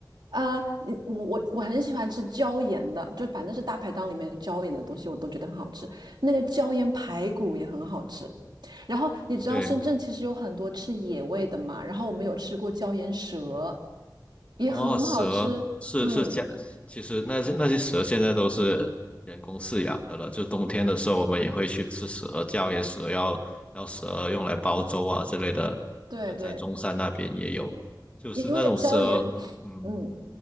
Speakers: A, on the right; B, on the left.
A: 呃，你我我我很喜欢吃椒盐的，就反正是大排档里面椒盐的东西，我都觉得很好吃。那个椒盐排骨也很好吃。然后你知道深圳其实有很多吃野味的嘛，
B: 哦，对，
A: 然后我们有吃过椒盐蛇，也很好吃。
B: 哦，蛇是是家，
A: 嗯，
B: 其实那些那些蛇现在都是人工饲养的了。就冬天的时候，我们也会去吃蛇，叫给蛇要要蛇用来煲粥啊之类的。
A: 对对，
B: 我们在中山那边也有，就是那种蛇，
A: 因为椒盐，
B: 嗯，
A: 嗯。